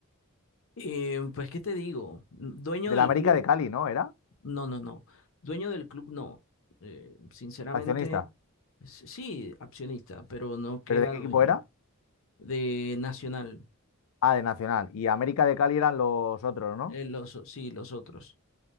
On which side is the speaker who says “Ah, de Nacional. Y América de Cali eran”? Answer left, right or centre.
Left